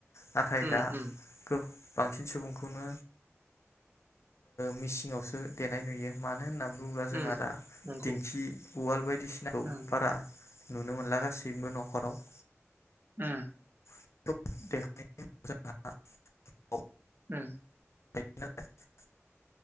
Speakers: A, on the left; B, on the right.
A: नाथाय
B: उम
A: दा
B: उम
A: गौ बांसिन सुबुंखौनो मिसिङावसो देनाय नुयो मानो होननानै बुङोब्ला जोंहा
B: उम
A: दा
B: नंगौ
A: दिंखि उवाल बायदिसिनाखौ
B: उम
A: बारा नुनो मोनला गासैबो न'खराव।
B: उम।
A: <unintelligible>
B: उम।
A: <unintelligible>